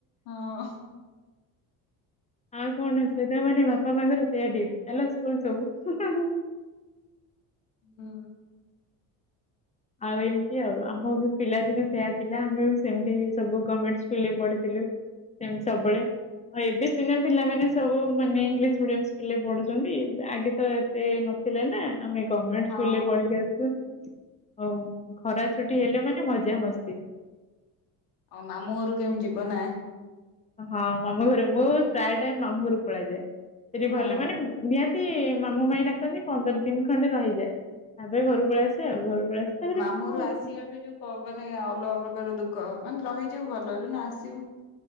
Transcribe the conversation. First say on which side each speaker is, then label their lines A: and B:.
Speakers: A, on the left (about 80°); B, on the left (about 20°).
A: ହଁ।
B: ଆଉ କଣ ସେ ତା ମାନେ ବାପା ମାଙ୍କର ସେଇଆ ଡିଉଟି ଚାଲ ସ୍କୁଲ ସବୁ।
A: ହୁଁ।
B: ଆଉ ଏମିତି ଆଉ ଆମ ବି ପିଲାଦିନ ସେୟା ଥିଲା ଆମେ ବି ସେମିତି ସବୁ ଗମେଣ୍ଟ ସ୍କୁଲରେ ପଢ଼ିଥିଲୁ। ସେମିତି ସବୁବେଳେ ଆଉ ଏବେ ସିନା ପିଲାମାନେ ସବୁ ମାନେ ଇଂଲିଶ ମିଡିୟମ ସ୍କୁଲ ରେ ପଢୁଚନ୍ତି ଆଗେ ତ ଏତେ ନ ଥିଲା ନା ଆମେ ଗମେଣ୍ଟ
A: ହଁ
B: ସ୍କୁଲ ରେ ପଢ଼ିକି ଆସିଛୁ। ହଉ ଖରା ଛୁଟି ହେଲେ ମାନେ ମଜା ମସ୍ତି।
A: ଆଉ ମାମୁଁ ଘରକୁ କେବେ ଯିବ ନା?
B: ହଁ ମାମୁଁ ଘରେ ମୁଁ ପ୍ରାୟ ଟାଇମ ମାମୁଁ ଘରୁ ପଳେଇଯାଏ ସେଠି
A: ହଁ।
B: ଗଲେ ମାନେ ମୁଁ ନିହାତି ମାମୁଁ ମାଇଁ ଡାକନ୍ତି ପନ୍ଦର ଦିନି ଖଣ୍ଡେ ରହିଯାଏ। ତାପରେ ଘରୁକୁ ପଳେଇ ଆସେ ଆଉ ଘରକୁ ପଳେଇ ଆସେ ତାପରେ
A: ମାମୁଁ
B: ମୁଁ ହଁ
A: ଘରୁ ଆସିବା ବି ଯୋଉଁ ମାନେ ଅଲଗା ପ୍ରକାର ଦୁଃଖ ମାନେ ରହିଯିବୁ ଭଲ ଯୋଉଁ ଦିନ ଆସିବୁ